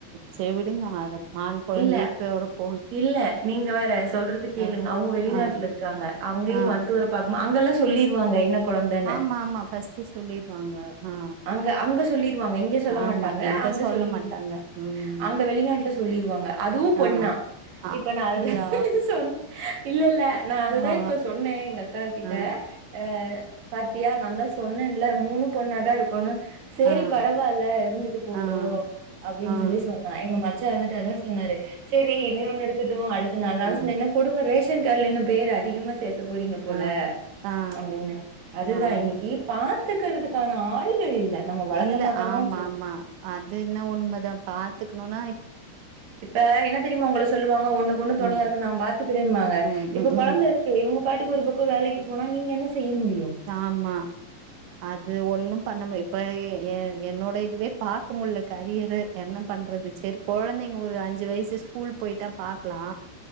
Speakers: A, on the right; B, on the right.
A: சே விடுங்க அத ஆண் கொழந்தையே
B: இல்ல
A: பெறக்
B: இல்ல நீங்க வேற சொல்றது கேளுங்க
A: ஆ
B: அவுங்க வெளிநாட்ல
A: ஆ
B: இருக்காங்க அங்கயே
A: ஆ
B: மருத்துவரை பாக்கமா அங்கெல்லா சொல்லிர்வாங்க என்ன கொழந்தன்னு
A: ஆமா ஆமா ஃபர்ஸ்ட் சொல்லிருவாங்க ஆ
B: அங்க அங்க சொல்லிர் வாங்க இங்க சொல்ல
A: ஆமா
B: மாட்டாங்க
A: எங்க
B: அங்க
A: சொல்ல
B: சொல்லிருவா
A: மாட்டாங்க ம்
B: அங்க வெளிநாட்டுல சொல்லிருவாங்க அதுவு பொண்ணா
A: ஆ அப்படியா
B: இப்ப நா அததா சொன் இல்ல இல்ல நா அததா
A: ஆ
B: இப்ப சொன்னே எங்க அக்கா கிட்ட
A: ஆ
B: ஆ பாத் தியா நான்தா சொன்னேன் ல மூணு பொண்ணாதா இருக் குன்னு சேரி
A: ஆ ஆ
B: பரவாயில்ல இருந்துட்டு போட்டு
A: ஆ ஆ
B: அப்டின்
A: ஆ
B: சொல்லி சொன்னா எங்க மச் ச்சா இருந்துட்டு அதா சொன்னாரு சேரி நீ ஒன்னு இருக்கட்டு அடுத்து நான்லா
A: ஆ
B: சொன்னே என்ன குடும்ப ரேஷ ன்கார்டுல இன்னு பேர் அதிகமா சேத் த போறீங்க போல
A: ஆ ஆ
B: அப்படின்னு, அதுதா
A: ஆ
B: இன்னைக்கி பா த்துகருதுக்கான ஆ ளுங்க இல்ல நம்ம வளர்த்த
A: இல்ல
B: மாட்டோமோ
A: ஆமா
B: சொ
A: ஆமா அது என்ன உண்மைதா பாத்துக் னுனா
B: இப்ப என்ன தெரியுமா உங்கள சொல்லுவாங்க ஒண்ணுக்கு ஒண்ணு துணையா
A: ம்
B: இருக்கு நா பாத்துக்கிறேம்பாங்க
A: ம்
B: இப்ப
A: ம்
B: கொழந்தை
A: ம்
B: இருக்கு இவங்க பாட்டு க்கு ஒரு பக்க வேலைக்கு போனா நீங்க என்ன செய்ய முடியும்
A: ஆமா அது ஒண்ணு பண்ண முடியா இப் ப எ என்னோட இதுவே பாக்க முடியல கரியரு என்ன பண்றது சேரி கொழந்தைங்க ஒரு அஞ்சு வயசு ஸ்கூல் போயிட்டா பாக்கலா